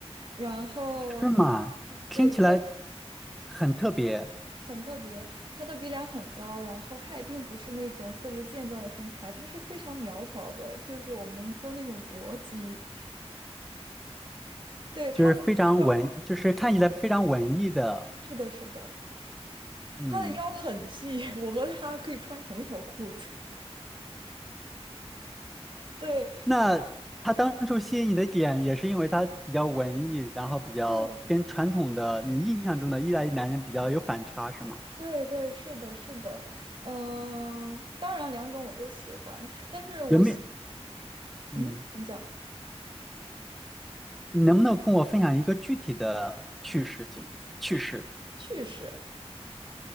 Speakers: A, on the right; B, in the centre.
A: 然后。
B: 是吗？
A: 嗯
B: 听起来
A: 对，
B: 很特别，
A: 很特别，他的鼻梁很高，然后他也并不是那种特别健壮的身材，他是非常苗条的，就是我们说那种薄肌。对，他的她的腰，
B: 就是非常文，就是看起来非常文艺的，
A: 是的，是的，
B: 嗯。
A: 他的腰很细，<laughs> 我和他可以穿同一条裤子。<laughs> 对，
B: 那他当初吸引你的点，也是因为他比较文艺，然后比较跟传统的你印象中的意大利男人比较有反差，
A: 对，
B: 是吗？
A: 对，对，是的，是的，嗯、当然两种我都喜欢，但是我喜，
B: 有没有？
A: 嗯，
B: 嗯，
A: 请讲
B: 你能不能跟我分享一个具体的趣事情、趣事，
A: 趣事，